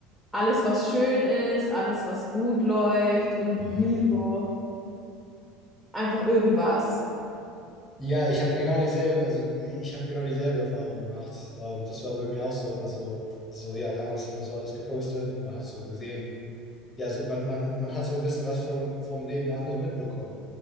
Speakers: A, in the centre; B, on the left (about 30°).
A: alles, was schön ist, alles, was gut läuft und
B: Mhm.
A: nie so einfach irgendwas.
B: Ja, ich habe genau dieselbe, also ich habe genau dieselbe Erfahrung gemacht. Ähm, das war bei mir auch so. Also, so ja, damals hat man so alles gepostet, man hat so gesehen, ja, so man, man, man hat so ein bisschen was vom, vom Leben der anderen mitbekommen.